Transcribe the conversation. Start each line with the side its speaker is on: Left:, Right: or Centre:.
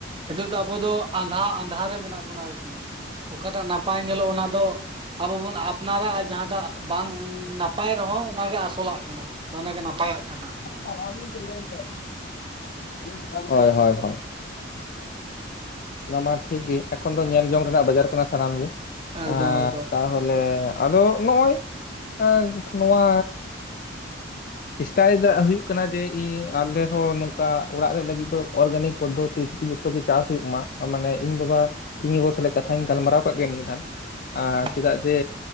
Right: ᱱᱤᱛᱚᱜ ᱫᱚ ᱟᱵᱚ ᱫᱚ ᱟᱸᱫᱷᱟ ᱟᱸᱫᱷᱟ ᱨᱮ ᱢᱮᱱᱟᱜ ᱵᱚᱱᱟ ᱟᱨᱠᱤ ᱾ ᱚᱠᱟᱴᱟᱜ ᱱᱟᱯᱟᱭ ᱧᱮᱞᱚᱜ ᱚᱱᱟ ᱫᱚ ᱟᱵᱚ ᱵᱚᱱ ᱟᱯᱱᱟᱨᱟ ᱡᱟᱦᱟᱸᱴᱟᱜ ᱵᱟᱝ ᱱᱟᱯᱟᱭ ᱨᱮᱦᱚᱸ ᱚᱱᱟᱜᱮ ᱟᱥᱚᱞᱟᱜ ᱠᱟᱱᱟ ᱾ ᱛᱚ ᱚᱱᱟ ᱜᱮ ᱱᱟᱯᱟᱭᱟᱜ ᱠᱟᱱᱟ ᱾
Left: <unintelligible> ᱦᱳᱭ ᱦᱳᱭ ᱦᱳᱭ ᱾ ᱚᱱᱟ ᱢᱟ ᱴᱷᱤᱠ ᱜᱤ ᱮᱠᱷᱚᱱ ᱫᱚ ᱧᱮᱞ ᱡᱚᱝ ᱨᱮᱱᱟᱜ ᱵᱟᱡᱟᱨ ᱠᱟᱱᱟ ᱥᱟᱱᱟᱢ ᱜᱤ,
Right: ᱮᱠᱫᱚᱢ
Left: ᱮᱸᱻ
Right: ᱮᱠᱫᱚᱢ
Left: ᱛᱟᱦᱚᱞᱮ ᱟᱫᱚ ᱱᱚᱜᱼᱚᱭ ᱮᱸᱜ ᱱᱚᱣᱟ ᱪᱮᱥᱴᱟᱭᱮᱫᱟ ᱦᱩᱭᱩᱜ ᱠᱟᱱᱟ ᱡᱮ ᱤᱧ ᱟᱞᱮᱦᱚᱸ ᱱᱚᱝᱠᱟ ᱚᱲᱟᱜ ᱨᱮ ᱞᱟᱹᱜᱤᱫ ᱫᱚ ᱚᱨᱜᱟᱱᱤᱠ ᱯᱚᱫᱽᱫᱷᱚᱛᱤ ᱫᱤᱭᱮ ᱛᱚ ᱜᱮ ᱪᱟᱥ ᱦᱩᱭᱩᱜ ᱢᱟ, ᱢᱟᱱᱮ ᱤᱧ ᱵᱟᱵᱟ ᱤᱧ ᱜᱚᱜᱚ ᱥᱟᱞᱟᱜ ᱠᱟᱛᱷᱟᱧ ᱜᱟᱞᱢᱟᱨᱟᱣ ᱠᱟᱜ ᱱᱤᱭᱟᱹ ᱫᱷᱟᱱ ᱾
Right: ᱟᱪᱪᱷᱟ
Left: ᱟᱸᱻ ᱪᱮᱫᱟᱜ ᱡᱮ